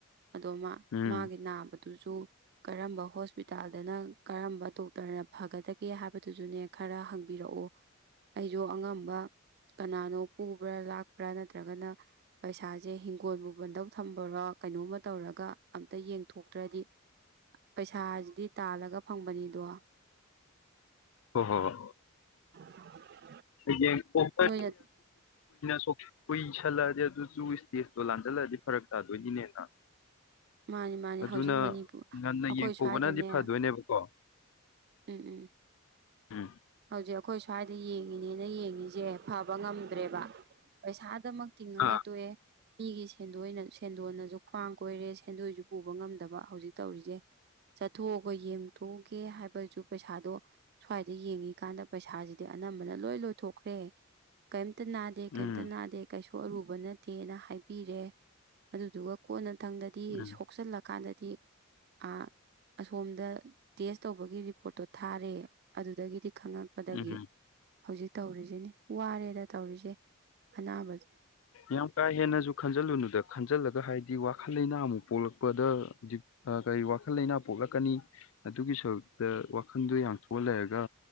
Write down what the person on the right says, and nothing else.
ꯑꯗꯣ ꯃꯥ
ꯃꯥꯒꯤ ꯅꯥꯕꯗꯨꯁꯨ ꯀꯔꯝꯕ ꯍꯣꯁꯄꯤꯇꯥꯜꯗꯅ ꯀꯔꯝꯕ ꯗꯣꯛꯇꯔꯅ ꯐꯒꯗꯒꯦ ꯍꯥꯏꯕꯗꯨꯁꯨꯅꯦ ꯈꯔ ꯍꯪꯕꯤꯔꯛꯑꯣ ꯑꯩꯁꯨ ꯑꯉꯝꯕ ꯀꯅꯥꯅꯣ ꯄꯨꯕ꯭ꯔꯥ ꯂꯥꯛꯄ꯭ꯔꯥ ꯅꯠꯇ꯭ꯔꯒꯅ ꯄꯩꯁꯥꯁꯦ ꯍꯤꯡꯒꯣꯜꯕꯨ ꯕꯟꯗꯧ ꯊꯝꯕꯔꯥ ꯀꯩꯅꯣꯝꯃ ꯇꯧꯔꯒ ꯑꯝꯇ ꯌꯦꯡꯊꯣꯛꯇ꯭ꯔꯗꯤ ꯄꯩꯁꯥꯁꯤꯗꯤ ꯇꯥꯜꯂꯒ ꯐꯪꯕꯅꯤꯗꯣ
<inaudible>
ꯅꯣꯏꯅ
ꯃꯥꯅꯤ ꯃꯥꯅꯤ
ꯍꯧꯖꯤꯛ ꯃꯅꯤꯄꯨꯔ
ꯑꯩꯈꯣꯏ
ꯁ꯭ꯋꯥꯏꯗꯅꯦ
ꯎꯝ ꯎꯝ
ꯍꯧꯖꯤꯛ ꯑꯩꯈꯣꯏ ꯁ꯭ꯋꯥꯏꯗ ꯌꯦꯡꯉꯤꯅꯦꯅ ꯌꯦꯡꯉꯤ ꯁꯦ ꯐꯕ ꯉꯝꯗ꯭ꯔꯦꯕ ꯄꯩꯁꯥ ꯗꯃꯛ ꯇꯤꯡꯉꯒ
ꯇꯣꯛꯑꯦ ꯃꯤꯒꯤ ꯁꯦꯟꯗꯣꯏꯅ ꯁꯦꯟꯗꯣꯟꯅꯁꯨ ꯈ꯭ꯋꯥꯡ ꯀꯣꯏꯔꯦ ꯁꯦꯟꯗꯣꯏꯁꯨ ꯄꯨꯕ ꯉꯝꯗꯕ ꯍꯧꯖꯤꯛ ꯇꯧꯔꯤꯁꯦ ꯆꯠꯊꯣꯛꯑꯒ ꯌꯦꯡꯊꯣꯛꯎꯒꯦ ꯍꯥꯏꯕꯁꯨ ꯄꯩꯁꯥꯗꯣ ꯁ꯭ꯋꯥꯏꯗ ꯌꯦꯡꯉꯤꯀꯥꯟꯗ ꯄꯩꯁꯥꯁꯤꯗꯤ ꯑꯅꯝꯕꯅ ꯂꯣꯏ ꯂꯣꯏꯊꯣꯛꯈ꯭ꯔꯦ ꯀꯩꯝ ꯀꯩꯝꯇ ꯅꯥꯗꯦ
ꯀꯩꯝꯇ ꯅꯥꯗꯦ ꯀꯩꯁꯨꯝꯇ ꯑꯔꯨꯕ ꯅꯠꯇꯦꯅ ꯍꯥꯏꯕꯤꯔꯦ ꯑꯗꯨꯗꯨꯒ ꯀꯣꯟꯅꯊꯪꯗ ꯗꯤ
ꯁꯣꯛꯆꯜꯂ ꯀꯥꯟꯗꯗꯤ ꯗꯤ ꯑꯥ ꯑꯁꯣꯝꯗ ꯇꯦꯁ ꯇꯧꯕꯒꯤ ꯔꯤꯄꯣꯔꯠꯇꯣ ꯊꯥꯔꯦ ꯑꯗꯨꯗꯒꯤꯗꯤ ꯈꯪꯉꯛꯄꯗꯒꯤ
ꯍꯧꯖꯤꯛ ꯇꯧꯔꯤꯁꯤꯅꯤ ꯋꯥꯔꯦꯗ ꯇꯧꯔꯤꯁꯦ ꯑꯅꯥꯕꯁꯦ